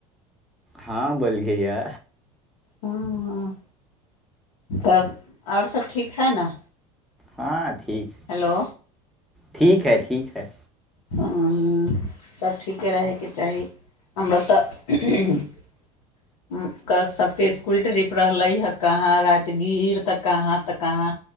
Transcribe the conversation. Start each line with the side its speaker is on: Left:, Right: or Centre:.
Centre: हँ बोलए हेय
Left: हँ तब आओर सभ ठीक हइ ने
Centre: हँ ठीक
Left: हेलो।
Centre: ठीक है ठीक है।
Left: सभ ठीके रहयके चाही हमरा तऽ <inaudible> कऽ सभके इसकुल ट्रिप रहलै हे कहाँ राजगीर तऽ कहाँ तऽ कहाँ।